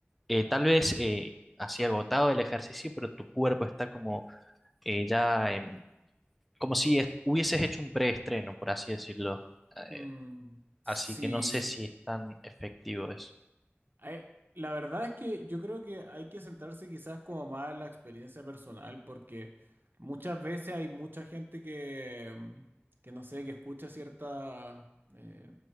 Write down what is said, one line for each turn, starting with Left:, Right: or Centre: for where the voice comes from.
Centre: eh, tal vez eh, así agotado del ejercicio, pero tu cuerpo está como eh, ya, em, como si es- hubieses hecho un preestreno, por así decirlo.
Right: Mm,
Centre: Eh,
Right: sí.
Centre: así que no sé si es tan efectivo eso.
Right: Ay, la verdad es que yo creo que hay que centrarse quizás como más en la experiencia personal, porque muchas veces hay mucha gente que, mm, que no sé, que escucha ciertas eh,